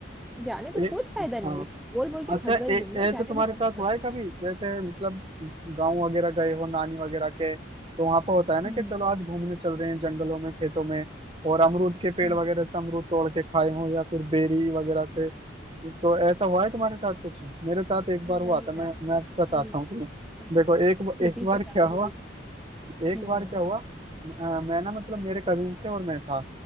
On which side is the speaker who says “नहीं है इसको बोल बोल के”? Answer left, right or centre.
Centre